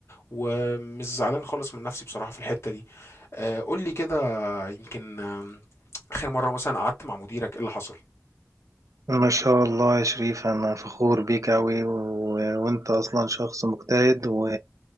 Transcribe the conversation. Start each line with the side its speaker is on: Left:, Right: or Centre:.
Left: ومش زعلان خالص من نفسي بصراحه في الحته دي آه، قول لي كده يمكن آم، اخر مره مثلا قعدت مع مديرك ايه اللي حصل
Right: ما شاء الله يا شريف أنا فخور بيك أوي و... وأنت أصلا شخص مجتهد و...